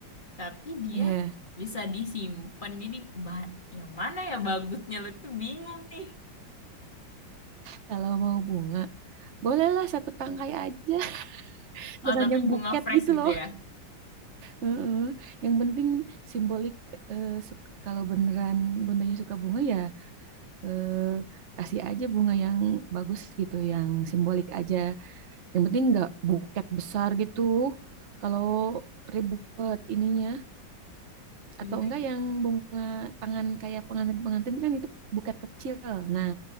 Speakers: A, on the left; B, on the right.
A: tapi dia
B: Iya.
A: bisa disimpan jadi ba- yang mana ya bagusnya lu tuh bingung nih
B: Kalau mau bunga, bolehlah satu tangkai aja. <laughs>
A: oh
B: Jangan
A: tapi
B: yang
A: bunga
B: buket
A: fresh
B: gitu
A: gitu
B: loh.
A: ya
B: Heeh. Yang penting simbolik. eh, su- kalau beneran bundanya suka bunga ya eh, kasih aja bunga yang bagus gitu, yang simbolik aja. Yang penting nggak buket besar gitu. Kalau ribet ininya atau
A: iya
B: enggak
A: iya
B: yang
A: iya.
B: bunga tangan kayak pengantin-pengantin kan itu buket kecil. Nah,